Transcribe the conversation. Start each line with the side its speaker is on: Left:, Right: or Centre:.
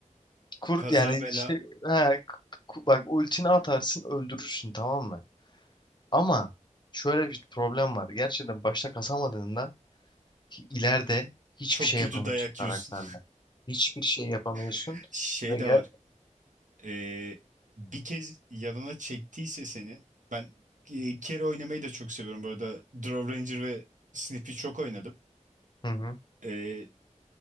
Left: Kur,
Right: Kaza
Left: yani
Right: bela
Left: işte he, ku- bak ultini atarsın öldürürsün tamam mı? Ama şöyle bir problem var. Gerçekten başta kasamadığında ki ileride hiçbir
Right: çok
Left: şey
Right: kötü
Left: yapamıyorsun
Right: dayak
Left: karakterle.
Right: yiyorsun.
Left: Hiçbir şey yapamıyorsun
Right: <laughs> Şey
Left: ve
Right: de
Left: gel
Right: var. e, bir kez yanına çektiyse seni ben e, kere oynamayı da çok seviyorum. Bu arada Draw Ranger ve Snippy çok oynadım.
Left: Hı hı.
Right: E,